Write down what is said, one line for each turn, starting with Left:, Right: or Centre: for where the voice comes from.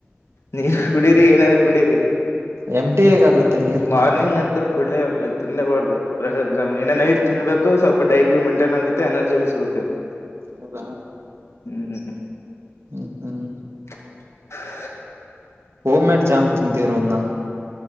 Left: ನೀವ ಕುಡೀರಿ ಏನಾರ ಕುಡೀರಿ
Right: ಎಂಟಿ ಹೇಗಾಗುತ್ತೆ ನೀರ್ ಕುಡಿದ್ರೆ
Left: ಮಾರ್ನಿಂಗ್ ನಂತ ಕಡೇ ತಿಿಂದೆ ಬರ್ತ ನೈಟ್ ತಿನ್ಬೇಕು ಸ್ವಲ್ಪ ಡೈಟ್ ಬಿ ಮೈಂಟೈನ್ ಆಗುತ್ತ ಎನರ್ಿ ಬಿ ಸಿಗುತ್ತೆ
Right: ಹದ
Left: ಹ್ಮ್
Right: ಹ್ಮ್ ಹ್ಮ್
Left: <inaudible>
Right: ಹೋಮ್ ಮೇಡ್ ಜಾಮ್ ತಿ ರೋದನ್ನ